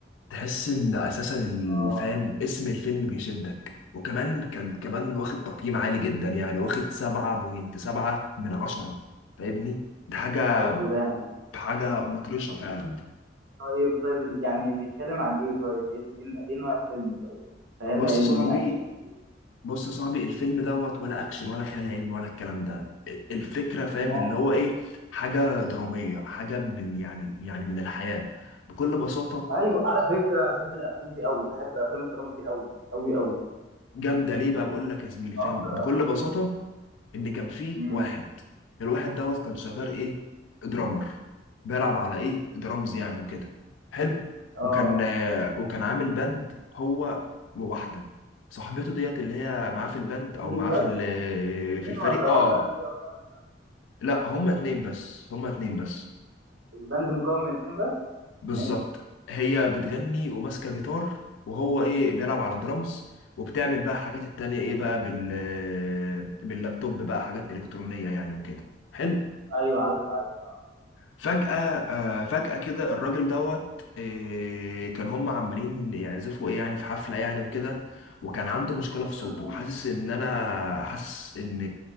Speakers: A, on the left (about 80°); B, on the right (about 70°).
A: تحس ان اساسا ال-
B: اه
A: فاهم اسم الفيلم بيشدك وكمان كان كمان واخد تقييم عالي جدا يعني واخد 7.7 من عشرة فاهمني ده حاجة
B: حلو ده يعني
A: حاجة مطرشة فعلا
B: طيب طيب ال- يعني بيتكلم عن ايه طيب ايه ال- ايه نوع الفيلم طيب خيال
A: بص
B: علمي
A: يا صاحبي
B: اكشن
A: بص يا صاحبي الفيلم دوت ولا اكشن ولا خيال علمي ولا الكلام ده الفكرة فاهم
B: امال
A: اللي هو ايه حاجة درامية حاجة من يعني يعني من الحياة بكل بساطة
B: ايوه على فكره انا بحب الافلام دي قوي بحب افلام الدراما دي قوي قوي قوي
A: جامدة ليه بقى بقول لك يا زميلي فاهم
B: اكتر
A: بكل
B: افلام بحبها
A: بساطة ان كان في
B: امم
A: واحد الواحد دوت كان شغال ايه درامر بيلعب على ايه درامز يعني وكده حلو
B: اه
A: وكان آه، وكان عامل باند هو وواحده صاحبته ديت اللي هي معاه في الباند او
B: اثنين
A: معاه
B: بس
A: في ال-
B: اثنين
A: في الفريق
B: ولا هو
A: اه
B: البند فيه اكتر من
A: لا هما اتنين بس هما اتنين بس
B: البند مكون من اثنين بس
A: بالظبط
B: ماشي
A: هي بتغني وماسكه جيتار وهو ايه بيلعب على درامز وبتعمل بقى حاجات التانية ايه بقى بال باللابتوب بقى حاجات الكترونيه يعني وكده حلو
B: ايوه عارف عارف اه
A: فجأة آه، فجأة كده الراجل دوت آه، كان هم عمالين يعزفوا ايه يعني في حفلة يعني وكده وكان عنده مشكلة في صوته
B: تمام
A: حاسس ان انا حاسس ان